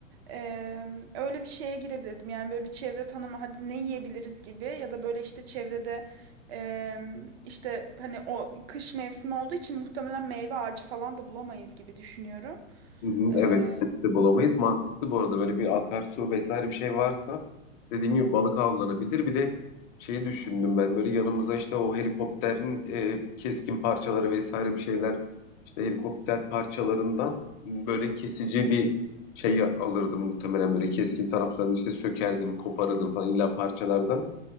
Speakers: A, on the right (about 50°); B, on the left (about 35°).
A: Ee, öyle bir şeye girebilirdim. Yani böyle bir çevre tanımı hadi ne yiyebiliriz gibi ya da böyle işte çevrede e, işte hani o kış mevsimi olduğu için muhtemelen meyve ağacı falan da bulamayız gibi düşünüyorum.
B: Hı hı,
A: Ee,
B: Evet, de bulamayız. Mantıklı bu arada böyle bir akarsu vesaire bir şey varsa dediğin gibi balık avlanabilir. Bir de şeyi düşündüm ben böyle yanımıza işte o helikopterin e, keskin parçaları vesaire bir şeyler işte helikopter parçalarından böyle kesici bir şey alırdım muhtemelen böyle keskin taraflarını işte sökerdim, koparırdım falan illa parçalardan